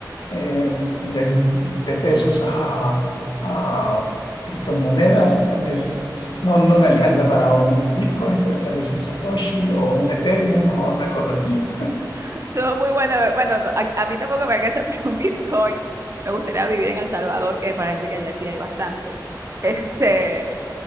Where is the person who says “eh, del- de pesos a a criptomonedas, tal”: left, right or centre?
Left